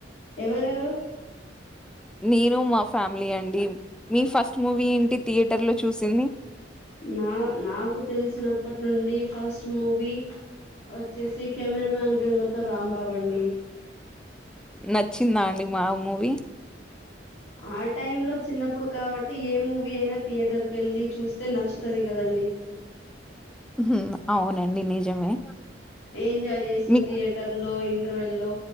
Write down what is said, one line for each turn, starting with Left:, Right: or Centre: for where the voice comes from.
Left: ఎవరెవరు
Centre: నేను మా ఫ్యామిలీ అండి. మీ ఫస్ట్ మూవీ ఏంటి థియేటర్లో చూసిన్
Left: నా నాకు తెలిసినప్పటి నుండి ఫస్ట్ మూవీ వచ్చేసి కెమెరామాన్ గంగతో రాంబాబు అండి
Centre: నచ్చిందా అండి మా మూవీ
Left: ఆ టైమ్ లొ చిన్నప్పుడు కాబట్టి ఏ మూవీ అయినా థియేటర్ కెళ్లి చూస్తే నచ్చుతది కదం <inaudible>
Centre: హుమ్ అవునండి నిజమే
Left: ఏంజాయ్ చేస్తూ
Centre: మీ
Left: థియేటర్లో ఇంటర్వెల్లో